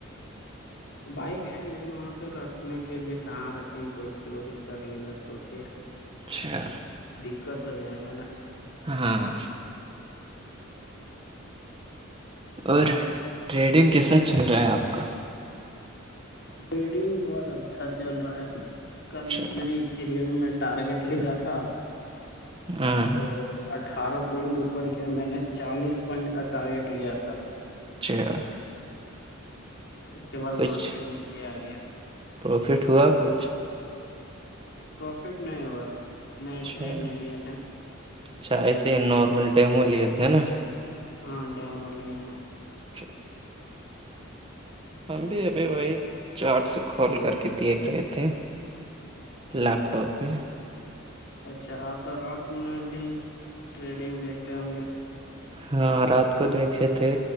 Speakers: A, on the left; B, on the right.
A: بائک ہے لیکن وہاں پہ رکھنے کے لیے کہاں رکھیں کوئی چوری کر لے گا تو پھر <inaudible>
B: اچھا
A: دقت ہو جائے گا نا
B: ہاں اور ٹریڈنگ کیسا چل رہا ہے آپ کا
A: ریڈنگ بہت اچھا چل رہا ہے کل
B: اچھا.
A: نہیں سریم میں ٹارگیٹ لیا تھا
B: ہاں
A: تو اٹھارہ پوائنٹ اوپر گیا میں نے چالیس پوائنٹ کا ٹارگیٹ لیا تھا
B: اچھا
A: اس کے بعد
B: کچھ
A: مارکیٹ نیچے آ گیا
B: پروفٹ ہوا کچھ
A: پروفٹ نہیں ہوگا ن
B: اچھا
A: ٹریڈ نہیں لیے تھے
B: اچھا ایسے نارمل ڈیمو لیے تھے نا
A: ہاں ڈیم م لیے تھا
B: اچھ ہم بھی ابھی وہی چارٹسو کھول کر کے دیکھ رہے تھے لیپٹاپ میں
A: اچھا آپ رات میں بھی ٹریڈنگ دیکھتے ہوں گے
B: ہاں رات کو دیکھے تھے